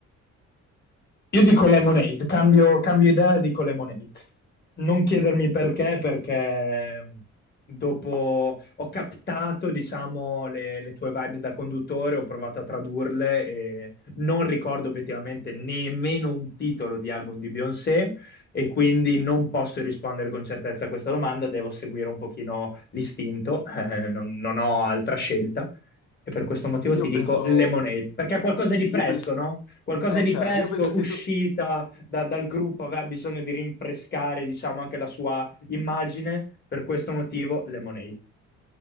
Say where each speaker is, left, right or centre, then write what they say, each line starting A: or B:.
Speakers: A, on the left; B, on the left.
A: Io dico Lemonade, cambio, cambio idea e dico Lemonade. Non chiedermi perché,
B: Allora,
A: perché mm, dopo ho captato, diciamo, le, le tue vibes da conduttore, ho provato a tradurle e non ricordo obiettivamente nemmeno un titolo di album di Beyoncé e quindi non posso rispondere con certezza a questa domanda, devo seguire un pochino l'istinto, <laughs> eh, non non ho altra scelta e per questo motivo ti
B: Io
A: dico
B: penso,
A: Lemonade, perché è qualcosa di fresco,
B: io penso,
A: no? qualcosa
B: eh
A: di
B: certo,
A: fresco,
B: io penso che
A: uscita
B: tu,
A: da- dal gruppo, aveva bisogno di rinfrescare, diciamo, anche la sua immagine. Per questo motivo, Lemonade.